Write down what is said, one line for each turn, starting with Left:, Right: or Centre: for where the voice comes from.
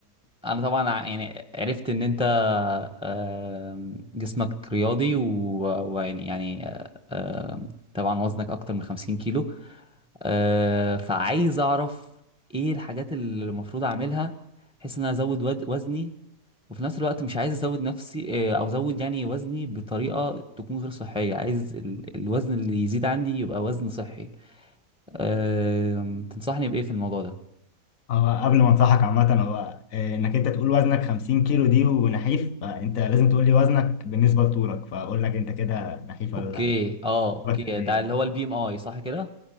Centre: انا طبعا ع- يعني عرفت ان انت آه جسمك رياضي و- ويعني يعني آه آه، طبعا وزنك اكتر من 50 كيلو آه، فعايز اعرف ايه الحاجات اللي المفروض اعملها بحيث ان انا ازود ود- وزني وفي نفس الوقت مش عايز ازود نفسي آه، او ازود يعني وزني بطريقة تكون غير صحية عايز ال- الوزن اللي يزيد عندي يبقى وزن صحي آم، تنصحني بايه في الموضوع ده
Left: هو قبل ما انصحك عامة هو آه، انك انت تقول وزنك 50 كيلو دي ونحيف فانت لازم تقول لي وزنك بالنسبة لطولك فاقول لك انت كده نحيف ولا
Centre: اوكي
Left: لا
Centre: اه اوكي
Left: وزنك قد ايه؟
Centre: ده اللي هو البي ام اي صح كده